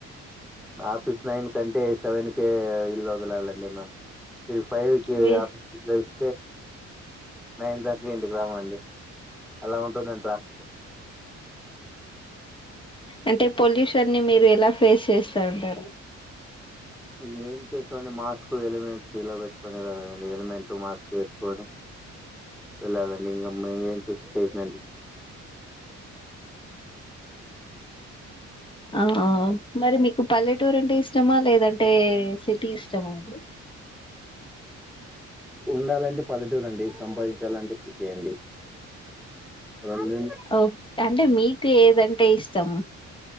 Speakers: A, in the centre; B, on the left (about 15°).
A: ఆఫీస్ నైన్ కంటే సెవెన్కే ఇల్లు వదలాలండి మేము ఇక ఫైవ్ కి
B: మీ
A: ఆఫీస్ క్లోజ్ నైన్ దాటి ఇంటికి రావాలి అలా ఉంటుందండి ట్రాఫిక్
B: అంటే పొల్యూషన్ని మీరు ఎలా ఫేస్ చేస్తా ఉంటారు
A: ఇంకేం చేస్తామండి మాస్క్ ఎలిమెంట్స్ ఇలా పెట్టుకొని వెళ్ళాలండి ఎలిమెంటట్ మాస్క్ వేసుకొని వెళ్ళాలండి ఇంక మేం ఏం చేసు అందండి
B: ఆ మరి మీకు పల్లెటూరు అంటే ఇష్టమా లేదంటే సిటీ ఇష్టమా అండి
A: ఉండాలంటే పల్లెటూరండి, సంపాదించాలంటే సిటీ అండి రెండు
B: ఓకె అంటే మీకే దంటే ఇష్టం